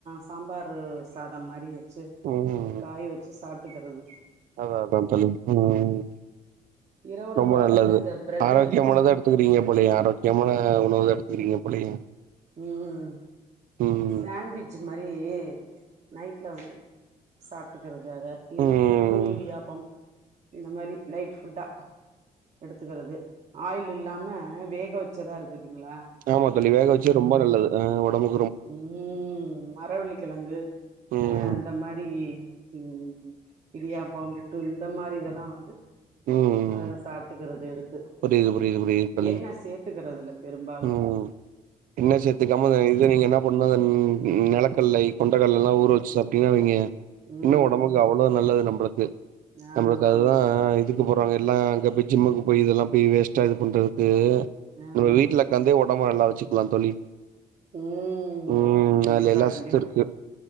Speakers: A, on the right; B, on the right.
A: சாம்பாரு சாதம் மாரி வச்சு
B: ம்
A: ஒரு காய் வச்சு சாப் ட்டுக்கிறது
B: அதா அதா தோழி ம்
A: இரவுல
B: ரொம்ப
A: பாத்தீங்கன்னா
B: நல்லது
A: இந்த பிரெட்
B: ஆரோக்கியமானதா
A: இருக்குல்ல
B: எடு த்துக்கிறீங்க போலையே ஆரோக்கியமான உணவு எடுத்துக்கிறீங்க போலையே
A: ம்
B: ம்
A: பேண்விஜ் மாரி நைட்ல வந்து சாப்ட்டுக்கிறது அத இல்லன்னா
B: ம்
A: புட்டு இடியாப்பம் இந்த மாரி லைட் ஃபுட்டா எடுத்துக்கிறது ஆயில் இல்லாம வேக வச்சதா இருக்கு பாத்தீங்ளா
B: ஆமா தோழி வேக வச்சு ரொம்ப நல்லது அ உடம்பு
A: ம் மரவள்ளிக்கிழங்கு
B: ம்
A: அ அந்த மாரி ம் இடியாப்பம் புட்டு இந்த மாரி இதெல்லா வந்து
B: ம்
A: அதலா சாப் ட்டுக்கறது எடுத்து
B: புரியுது புரியுது புரியுது தோழி
A: எண்ணெ சேர்த்துக்கறது இல்ல பெரும்பாலு
B: ம் எண்ணெ சேர்த்துக்காம இத நீங்க என்ன பண்னு அ நெலக்கல்லை கொண்டக்கல்லா ஊற வச்சு சாப்டீங்கனா வைங்க
A: ம்
B: இன்னு உடம்புக்கு அவ்ளோ நல்லது நம்ளுக்கு
A: ஆமா
B: நம்ளுக்கு அதுதா
A: ஆமா
B: இது போறாங்க எல்லா அங்க போய் ஜிம்முக்கு போய் இதெல்லா போய் வேஸ்டா இது பண்றதுக்கு
A: ஆமா
B: நம்ம வீட்ல ந்தே உடம்ப நல்லா வச்சிக்லா தோழி
A: ம்
B: ம்
A: கண்டிப்பா
B: அதுல எல்லா
A: கண்டிப்பா
B: சத்து இருக்கு